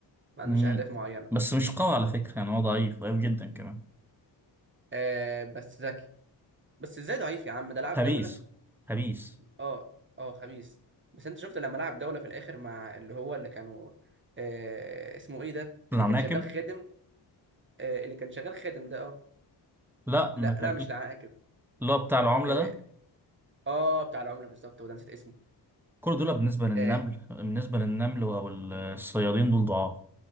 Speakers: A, on the right; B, in the centre.
A: ما عندوش
B: مم.
A: اهداف معينه
B: بس مش قوي على فكرة يعني هو ضعيف ضعيف جدا كمان
A: آه بس ذكي بس ازاي ضعيف يا عم ده لعب
B: خبيث
A: جوله
B: خبيث
A: اه اه خبيث بس انت شفت لما لعب جوله في الاخر مع اللي هو اللي كانوا آه اسمه ايه ده
B: العناكب
A: اللي كان شغال خادم آه اللي كان شغال خادم ده اه
B: لا
A: لا
B: ما كان-
A: لا مش العاقب
B: اللي هو بتاع العملة
A: اه,
B: ده
A: آه بتاع العمله بالظبط وده نسيت اسمه
B: كل دول بالنسبة للنمل
A: اه,
B: بالنسبة للنمل أو الصيادين دول ضعاف